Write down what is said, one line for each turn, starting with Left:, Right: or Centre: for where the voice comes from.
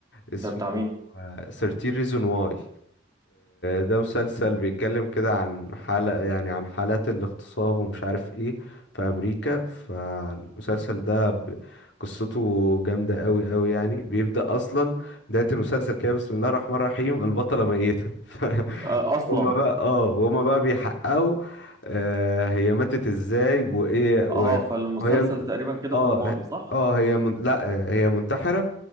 Left: اسمه
Right: ده بتاع مين
Left: 13 ريزون واي ده مسلسل بيتكلم كده عن حالة يعني عن حالات الاغتصاب ومش عارف ايه في امريكا فالمسلسل ده ب- قصته جامدة قوي قوي يعني بيبدأ اصلا بداية المسلسل كده بسم الله الرحمن الرحيم البطلة ميتة <laughs> ف-
Right: آه اصلا
Left: هما بقى اه هما بقى بيحققوا آه هي ماتت ازاي وايه و-
Right: اه فالمسلسل
Left: وهي
Right: تقريبا كده
Left: اه
Right: في الماضي صح
Left: اه هي من... لا آه، هي منتحرة